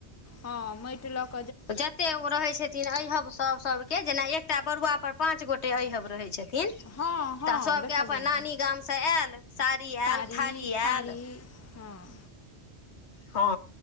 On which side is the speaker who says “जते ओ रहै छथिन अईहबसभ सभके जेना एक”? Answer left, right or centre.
Left